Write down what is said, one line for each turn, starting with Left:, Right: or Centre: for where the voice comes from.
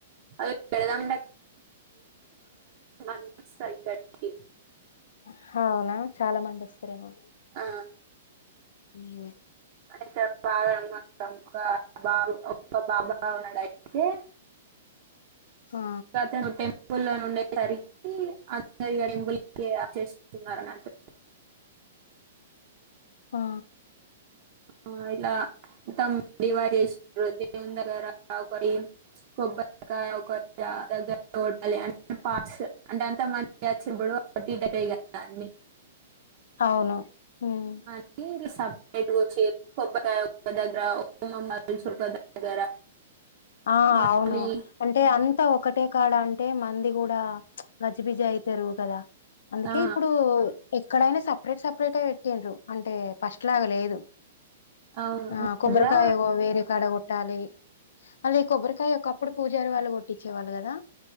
Right: ఆ పెడదాం మంటే <unintelligible>
Left: హా అవునా చాలా మంది వస్తారేమో
Right: ఆ
Left: ఉమ్
Right: అ బాగాం బా ఒ బాబా ఉన్నాడయితే
Left: ఆ
Right: రతనొట్టే పుల్లో నుండే సరికి అందరిపు చేసినట్టు అన్నట్టు
Left: ఆ
Right: ఆ ఇలా తమ్ వారి ఎ దేవుందగార పోయి కొబ్బరికాయ అకో ఆ దగ్గర టోల్ ప్లాన్ పార్స్ అంటే అంత మంది వచ్చినప్పుడుటక కదా అన్ని
Left: అవును ఉమ్
Right: అనీ సబ్ ఏంటికొచ్చి కొబ్బరి కాయ దగ్గర ఒక దగ్గర
Left: ఆ
Right: మళ్ళీ
Left: అవును అంటే అంతా ఒకటే కాడ అం అంటే మంది గూడా గజ్జిబిజజ అవుతారు కదా అందుకే
Right: ఆ
Left: ఇప్పుడు ఎక్కడైనా సపరేట్ సపరేట్ పెట్టిరు అంటే ఫస్ట్ లాగా లేదు
Right: అవును
Left: ఆ కొబ్బరికాయ
Right: మళ్ళా
Left: వేరేకాడ కొట్టాలి మళ్ళీ ఈ కొబ్బరికాయ ఒకప్పుడు పూజారి వాళ్ళు కొట్టించేవాళ్ళు కదా